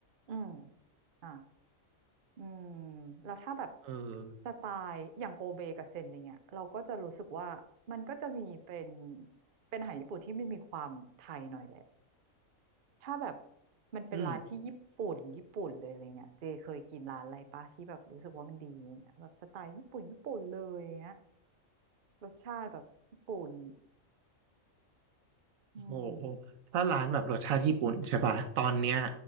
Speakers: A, on the right; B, on the right.
A: อืมอ่ะอืมแล้วถ้าแบบ
B: เออ
A: สไตล์อย่างโกเบกับเซนอย่างเงี้ยเราก็จะรู้สึกว่ามันก็จะมีเป็นเป็นอาหารญี่ปุ่นที่ไม่มีความไทยหน่อยแหละถ้าแบบมันเป็นร้านที่ญี่ปุ่นญี่ปุ่นเลยอะไรเงี้ยเจเคยกินร้านอะไรปะที่แบบรู้สึกว่ามันดีอย่างเงี้ยแบบสไตล์ญี่ปุ่นญี่ปุ่นเลยอย่างเงี้ย
B: อืม
A: รสชาติแบบญี่ปุ่น
B: โอ้โห
A: อืม
B: ถ้าร้านแบบรสชาติญี่ปุ่นใช่ป่ะตอนเนี้ย